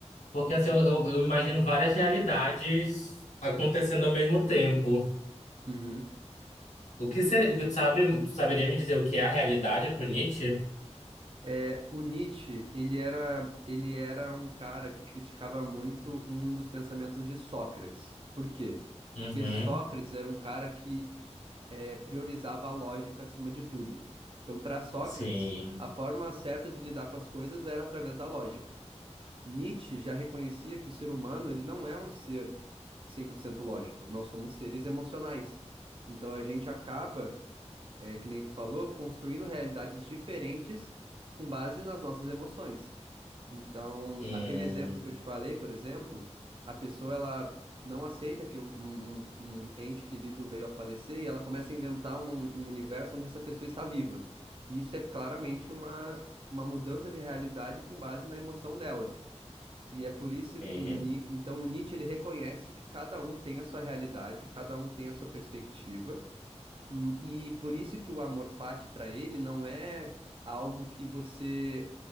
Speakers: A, on the left; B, on the right.
A: Porque assim, eu, eu- eu imagino várias realidades acontecendo ao mesmo tempo.
B: uhum.
A: O que seria, tu sabe, tu saberia me dizer o que é a realidade pro Nietzsche?
B: É, O Nietzsche, ele era, ele era um cara que criticava muito um dos pensamentos de Sócrates. Por quê?
A: Uhum,
B: Porque Sócrates era um cara que eh, priorizava a lógica acima de tudo. Então, para Sócrates,
A: sim.
B: a forma certa de lidar com as coisas era através da lógica. Nietzsche já reconhecia que o ser humano, ele não é um ser 100% lógico. Nós somos seres emocionais. Então a gente acaba, é, que nem tu falou, construindo realidades diferentes com base nas nossas emoções. Então,
A: Hum,
B: aquele exemplo que eu te falei, por exemplo, a pessoa ela não aceita que um, um- um um ente querido veio a falecer e ela começa a inventar uma- um um universo onde essa pessoa está viva. E isso é claramente uma, uma mudança de realidade com base na emoção dela. E é por isso
A: sim.
B: que o Ni... então o Nietzsche ele reconhece que cada um tem a sua realidade, cada um tem a sua perspectiva, Hum, E por isso que o amor fati para ele não é algo que você